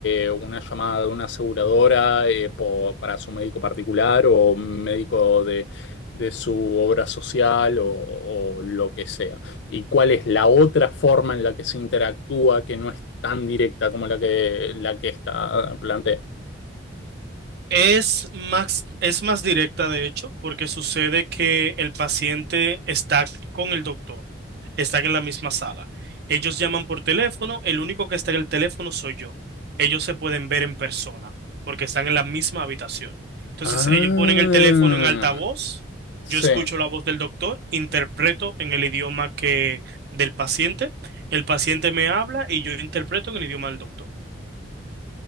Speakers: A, on the left; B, on the right.
A: eh, una llamada de una aseguradora eh, po- para su médico particular o médico de, de su obra social o o lo que sea y cuál es la otra forma en la que se interactúa que no es tan directa como la que, la que esta plantea.
B: Es más, es más directa, de hecho, porque sucede que el paciente está con el doctor, están en la misma sala. Ellos llaman por teléfono, el único que está en el teléfono soy yo. Ellos se pueden ver en persona, porque están en la misma habitación. Entonces,
A: Ah,
B: ellos ponen el teléfono en altavoz,
A: sí,
B: yo escucho la voz del doctor, interpreto en el idioma que del paciente, el paciente me habla y yo interpreto en el idioma del doctor.